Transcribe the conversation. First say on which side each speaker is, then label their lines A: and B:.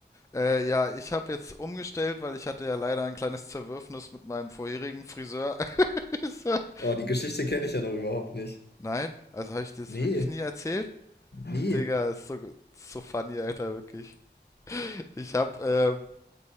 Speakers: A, on the left; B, on the left.
A: Äh, ja, ich habe jetzt umgestellt, weil ich hatte ja leider ein kleines Zerwürfnis mit meinem vorherigen Friseur. <laughs>
B: Oh, die Geschichte kenne ich ja noch überhaupt nicht.
A: Nein? Also habe ich dir das
B: Nee,
A: wirklich nie erzählt?
B: nie.
A: Digga, ist so, ist so funny, Alter, wirklich. Ich habe ähm,